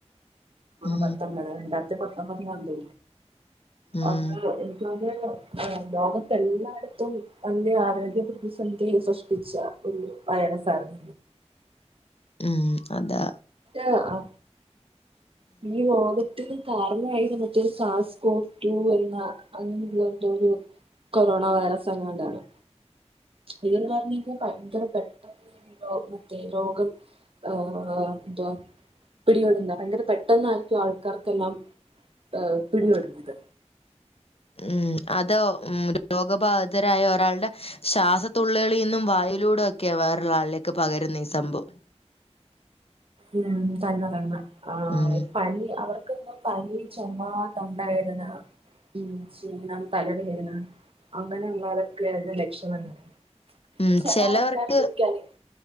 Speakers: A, on the left; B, on the right.
A: ഉം
B: പത്തൊമ്പത് രണ്ടായിരത്തി പത്തൊമ്പതിന്തണ്ട്
A: ഉം
B: അത് എനിക്ക് ലോകത്തെല്ലായിടും അതി ആരോഗ്യ പ്രതിസന്ധി സൃഷ്ടിച്ച ഒരു വയ്റസാണ്
A: ഉം അതാ
B: ആ ഈ ലോകത്തിന് കാരണമായിട്ട് കാസ്കോ ടു എന്ന അങ്ങനെയുള്ള എന്തോ ഒരു കൊറോണ വൈറസ് എങ്ങോണ്ടാണ് ഇതന്ന് പറഞ്ഞാ ഭയങ്കര പെട്ടെന്ന് മറ്റേ രോഗം ആഹ എന്ത പിടികെടുന്ന ഭയങ്കര പെട്ടെന്നായിരിക്കും ആൾക്കാർക്കെല്ലാം ആഹ പിടിവടത്
A: ഉം അത ഉ രോഗബാധിതരായ ഒരാളുടെ ശ്വാസത്തുള്ളുകളളിൽ നിന്നും വായലൂടെ ഒക്കെ വേറ ആളിലേക്ക് പകരുന്ന ഈ സംഭവം
B: ഉം തന്ന തന്ന ആ
A: ഉം
B: പനി അവർ പനി ചുമാ തൊണ്ടായതുന്നാ ഉംക്ഷീണം തലവേദന അങ്ങനെയുള്ളതൊക്കെ ലക്ഷണം എങ്ങനെ
A: ഉം
B: ചില
A: ചെലവർക്ക്
B: ആൾക്കാര എനിക്കറിയത്